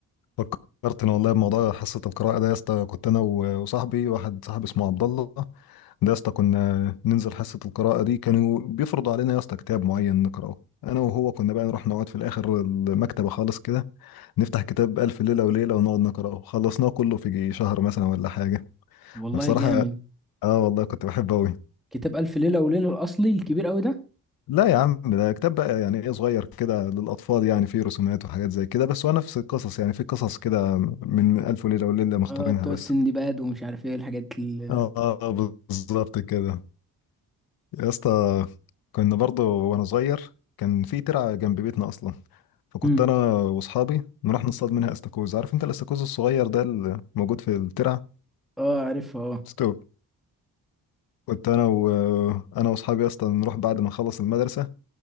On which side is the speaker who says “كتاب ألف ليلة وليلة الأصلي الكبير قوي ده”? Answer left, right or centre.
Centre